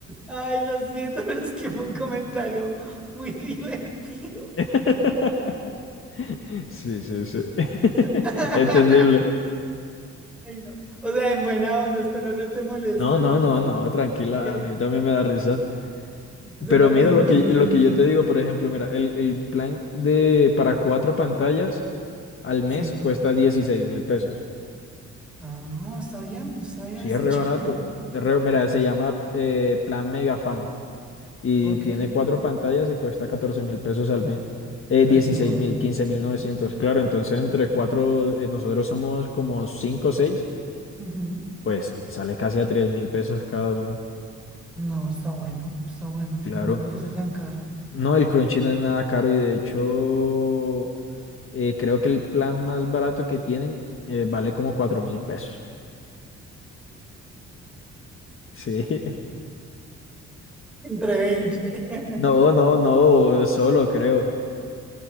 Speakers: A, in the centre; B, on the left (about 45°).
A: Ay, lo siento, pero es que fue un comentario muy divertido.
B: <laughs> Sí, sí, sí. <laughs>
A: <laughs>
B: Entendible.
A: Ay, no. O sea, en buena onda, espero no te moleste,
B: No,
A: o
B: no,
A: sea.
B: no, no, tranquila,
A: Es que
B: a mí también me da risa.
A: suena
B: Pero
A: muy,
B: mira lo
A: muy
B: que,
A: divertida.
B: lo que yo te digo, por ejemplo, mira, el, el plan de para cuatro pantallas al mes
A: Sí.
B: cuesta dieciséis mil pesos.
A: Ah, no está bien, está bien,
B: Sí,
A: está
B: es re
A: chévere.
B: barato. Es re- mira, se llama eh, plan Megafan y
A: Ok.
B: tiene cuatro pantallas y cuesta catorce mil pesos al mes. Eh,
A: Pues
B: 16
A: si no.
B: mil, quince mil novecientos Claro, entonces entre cuatro, eh, nosotros somos como cinco o seis,
A: ujú.
B: pues sale casi a tres mil pesos cada uno.
A: No, está bueno, está bueno.
B: Claro.
A: No me parece tan caro.
B: No, el Crunchy no es nada caro y de hecho. Eh, creo que el plan más barato que tienen eh, vale como cuatro mil pesos. Sí. <laughs>
A: Entre 20. <laughs>
B: No, no, no, solo creo.